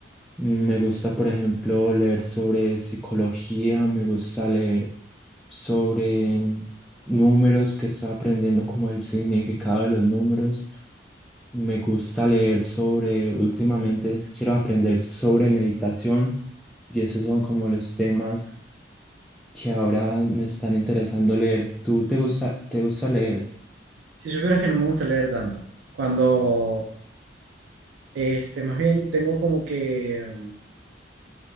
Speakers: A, in the centre; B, on the right (about 80°).
A: mm, me gusta, por ejemplo, leer sobre psicología, me gusta leer sobre números que estoy aprendiendo como el significado de los números. Me gusta leer sobre, últimamente es- quiero aprender sobre meditación y esos son como los temas que ahora me están interesando leer. ¿Tú te gusta, te gusta leer?
B: Si supieras que no me gusta leer tanto, cuando, este, más bien tengo como que mm,